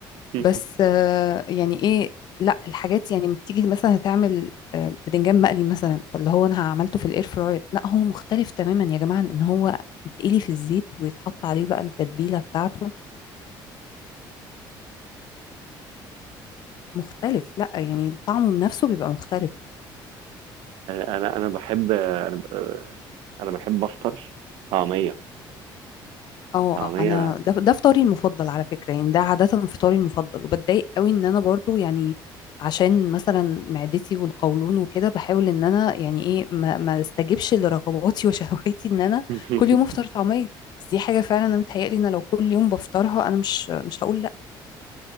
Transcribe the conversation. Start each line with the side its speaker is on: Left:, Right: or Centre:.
Right: <laughs>
Left: بس آه يعني ايه لا الحاجات يعني لما بتيجي مثلا هتعمل آه بدنجان مقلي مثلا فاللي هو انا عملته في الاير فراير لا هو مختلف تماما يا جماعة عن ان هو يتقلي في الزيت ويتحط عليه بقى التتبيلة بتاعته مختلف لا يعني طعمه بنفسه بيبقى مختلف
Right: انا انا بحب انا ب- انا بحب افطر طعمية
Left: اه
Right: طعمية
Left: انا ده ده فطاري المفضل على فكره يعني ده عاده فطاري المفضل وبتضايق قوي ان انا برضو يعني عشان مثلا معدتي والقولون وكده بحاول ان انا يعني ايه ما, ما استجبش لرغباتي <laughs> وشهواتي ان انا
Right: <laughs>
Left: كل يوم افطر طعميه بس دي حاجه فعلا انا متهيألي ان لو كل يوم بفطرها انا مش مش هقول لا